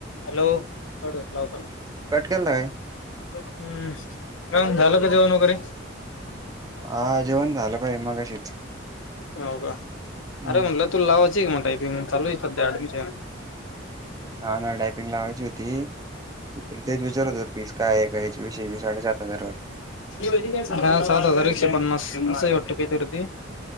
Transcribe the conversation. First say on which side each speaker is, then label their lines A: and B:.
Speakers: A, on the left; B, on the right.
A: Hello! Cut झाला होता.
B: Cut केलता काय?
A: हम्म का झालं का जेवण वगैरे
B: हा जेवण झालं पाह मगाशी.
A: हाव का अरे
B: हम्म
A: म्हणलं. तू लावाच आहे की मग टायपिंग चालू आहे सध्या ऍडमिशन.
B: हान टायपिंग लावायची होती तेच विचारत हो. पीस काय आहे कायच विषयी साडेसात हजार वाटते.
A: दहा सात हजार एकशे पन्नास अस आहे वाटत थेरपी